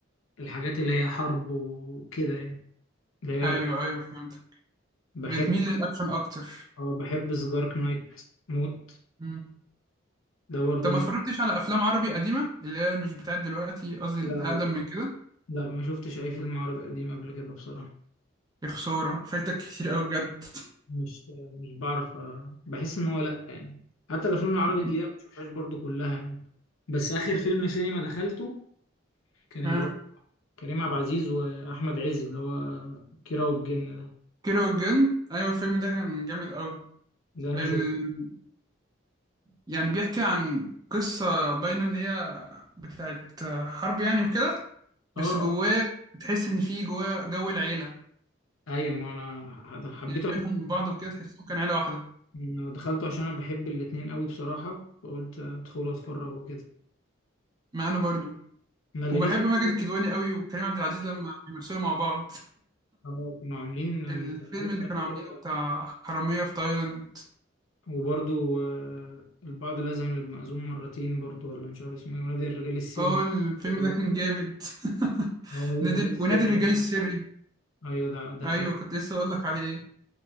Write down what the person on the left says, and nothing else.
الحاجات اللي هي حرب وكده يعني اللي هي
الأ-
بحب
اه بحب ذا دارك نايت موت
ده برضو
من...
لا
لا
لا ما شفتش اي فيلم عربي قديم قبل كده بصراحة
مش مش بعرف أ- بحس ان هو لا يعني حتى الافلام العربي
الجديدة ما بشوفهاش برضو كلها يعني بس اخر فيلم سينما دخلته كان اللي
هو كريم عبد العزيز واحمد عز اللي هو كيرة والجن ده
ده انا
شفته
اه آه.
ايوه ما انا حبيته
أنا دخلته عشان انا بحب الاتنين قوي بصراحة فقلت ادخل اتفرج وكده
ما اللي
نفسي أدخله
هو كانوا عاملين
من
سنتين
ثلاثة
كده
وبرضو آه، البعض لازم يبقى مأذون مرتين برضو ولا مش عارف اسمه ايه ونادي الرجال السن
السري
هو نادي
الرجال السري
برضو
ايوه ده ده
خط